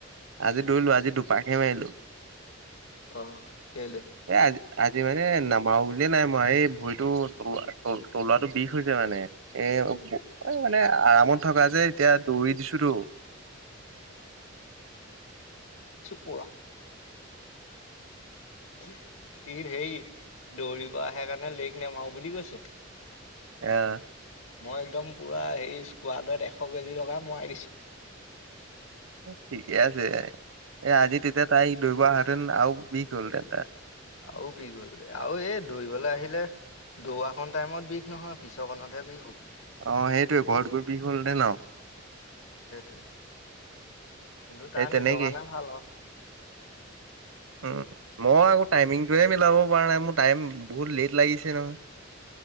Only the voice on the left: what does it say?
অহ, কেলে?
<inaudible> পৰা। সি সেৰী দৌৰিব আহে কাৰণে লেক নমাও বুলি কৈছে।
মই একদম পুৰা হেই স্কোৱাডত এশ কেজি লগা মৰাই দিছোঁ।
আৰু বিষ হ'ল আৰু এই দৌৰিবলৈ আহিলে দৌৰাখন টাইমত বিষ নহয়, পিছৰ কনত হেভি হ'ব।
সেইটোৱে কিন্তু
তাৰ
নিজৰ কাৰণে ভাল আৰু।